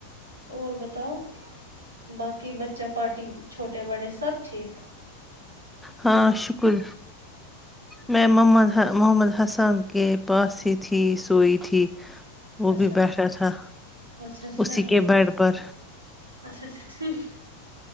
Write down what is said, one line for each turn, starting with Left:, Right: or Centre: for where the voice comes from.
Right: اور بتاؤ باقی بچہ پارٹی چھوٹے بڑے سب ٹھیک
Centre: ہاں شکر میں محمد ح محمد حسان کے پاس ہی تھی سوئی تھی وہ
Right: اچھا
Centre: بھی بیٹھا تھا
Right: اچھا اچھا
Centre: اسی کے بیڈ پر
Right: اچھا اچھا ٹھیک